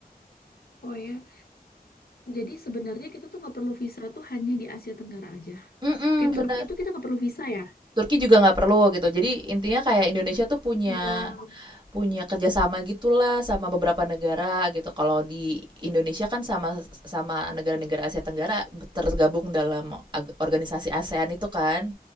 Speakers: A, on the left; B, on the right.
A: Oh ya, Jadi sebenarnya kita tuh nggak perlu visa tuh hanya di Asia Tenggara aja.
B: Mm-mm,
A: Kayak
B: benar.
A: Turki itu kita nggak perlu visa ya?
B: Turki juga nggak perlu gitu. Jadi intinya kayak Indonesia tuh punya
A: Wow.
B: Punya kerjasama gitulah sama beberapa negara gitu. Kalau di Indonesia kan sama sama negara-negara Asia Tenggara tergabung dalam ag- organisasi ASEAN itu kan.